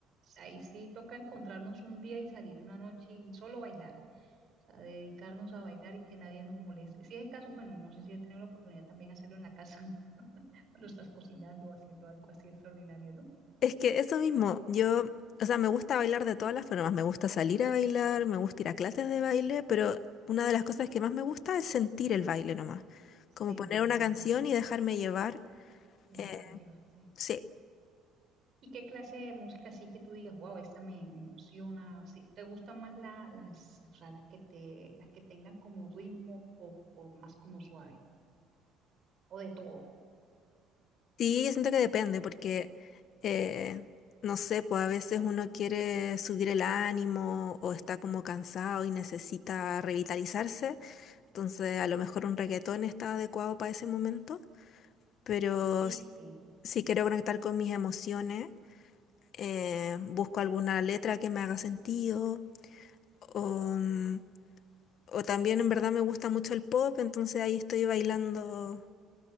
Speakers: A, on the right; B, on the left.
A: ahí sí toca encontrarnos un día y salir una noche y solo bailar. O sea, dedicarnos a bailar y que nadie nos moleste. Si es el caso, bueno, no sé si has tenido la oportunidad también de hacerlo en la casa, <laughs> cuando estás cocinando o haciendo algo así extraordinario, ¿no?
B: Es que eso mismo, yo, o sea, me gusta bailar de todas las formas, me gusta salir a bailar, me gusta ir a clases de baile, pero una de las cosas que más me gusta es sentir el baile nomás,
A: Sentir,
B: como poner una canción y dejarme llevar.
A: dejarte
B: eh,
A: llevar, sí.
B: sí,
A: ¿Y qué clase de música sí que tú digas, wow, esta me, me emociona? así? ¿Te gustan más la- las, o sea, las que te, las que tengan como ritmo o, o más como suave? ¿O de todo?
B: sí, yo siento que depende, porque, eh, no sé, pues a veces uno quiere subir el ánimo o está como cansado y necesita revitalizarse, entonces a lo mejor un reggaetón está adecuado para ese momento, pero
A: Sí,
B: si
A: sí.
B: si quiero conectar con mis emociones. eh, busco alguna letra que me haga sentido, o, mm, o también en verdad me gusta mucho el pop, entonces ahí estoy bailando